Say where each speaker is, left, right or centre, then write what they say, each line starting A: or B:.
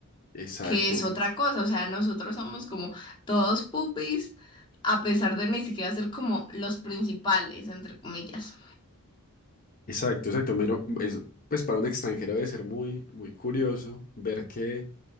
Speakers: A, on the left (about 40°); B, on the left (about 20°).
A: Exacto,
B: que es otra cosa. O sea, nosotros somos como todos pupis, a pesar de ni siquiera ser como los principales, entre comillas.
A: exacto, exacto. Mero, es, pues para un extranjero debe ser muy, muy curioso ver que